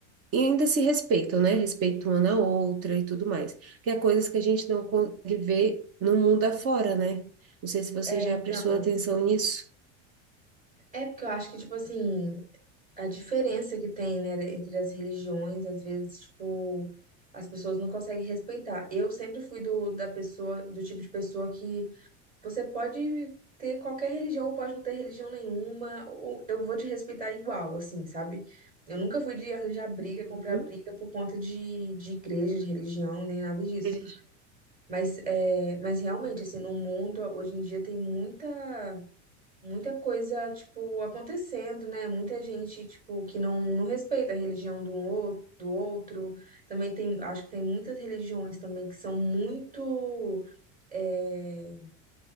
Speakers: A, on the right (about 40°); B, on the right (about 25°).
A: e ainda se respeitam, né? Respeitam uma na outra e tudo mais. Que é coisas que a gente não consegue ver no mundo afora, né? Não sei se você
B: É,
A: já
B: então,
A: prestou atenção nisso.
B: é porque eu acho que, tipo assim, a diferença que tem, né, de- entre as religiões, às vezes, tipo, as pessoas não conseguem respeitar. Eu sempre fui do, da pessoa, do tipo de pessoa que Você pode ter qualquer religião ou pode não ter religião nenhuma, ou eu vou te respeitar igual, assim, sabe? Eu nunca fui de arranjar briga,
A: Uhum.
B: comprar briga por conta de, de igreja, de religião, nem nada disso.
A: Eles-
B: Mas, é, mas realmente,
A: Uhum.
B: assim, no mundo, hoje em dia tem muita, muita coisa, tipo, acontecendo, né? Muita gente, tipo, que não, não respeita a religião do outro. Do outro, também tem, acho que tem muitas religiões também que são muito é,